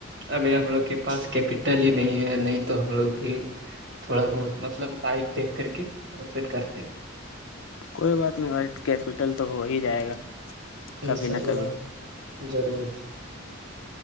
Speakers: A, on the right (about 60°); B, on the left (about 70°).
A: ابھی ہم لوگ کے پاس کیپیٹل ہی نہیں ہے نہیں تو ہم لوگ بھی تھوڑا بہت مطلب لائو دیکھ کر کے پروفٹ کرتے
B: کوئی بات نہیں ب کیپٹل تو ہو ہی جائے گا
A: ان
B: کبھی
A: شاء
B: نہ
A: اللہ
B: کبھی
A: ضرور